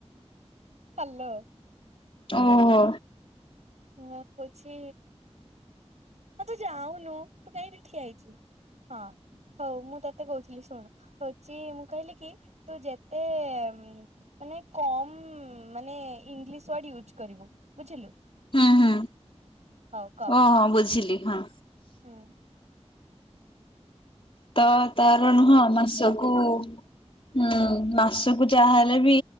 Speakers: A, on the right (about 80°); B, on the left (about 50°).
A: ହାଲୋ।
B: ଓହୋ।
A: ହଁ କହୁଛି ମ ତୁ ଯାଉନୁ। ତୁ କାହିଁକି ଠିଆ ହେଇଛୁ ହଁ ହଉ ମୁଁ ତତେ କହୁଥିଲି ଶୁଣୁ? ହଉଚି ମୁଁ କହିଲି କି ତୁ ଯେତେ ମାନେ କମ ମାନେ ଇଂଲିଶ ୱାର୍ଡ ୟୁଜ କରିବୁ ବୁଝିଲୁ।
B: ହୁଁ ହୁଁ
A: ହଉ କହ
B: ଓହୋ ବୁଝିଲି ହଁ।
A: ହୁଁ।
B: ତ ତାର ନୁହଁ ମାସକୁ।
A: ହଁ ହୁଁ
B: ହୁଁ ମାସକୁ ଯାହା ହେଲେ ବି